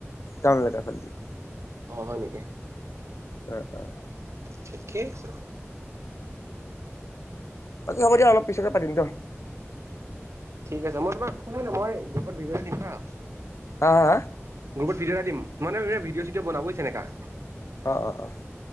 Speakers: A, on the left; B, on the right.
A: টাউন এলেকা ফাল দি।
B: অ' হয় নেকি?
A: অ' অ'।
B: থিকে আছে।
A: বাকী হ'ব দিয়া অলপ পিছতে পাতিম দ।
B: ঠিক আছে মই তোমাক শুনা না মই গ্ৰুপত ভিডিঅ' এটা দিম হা।
A: হা হা হা?
B: গ্ৰুপত ভিডিঅ' এটা দিম মানে <unintelligible> ভিডিঅ' চিডিঅ' বনাব <unintelligible>
A: অ' অ' অ'।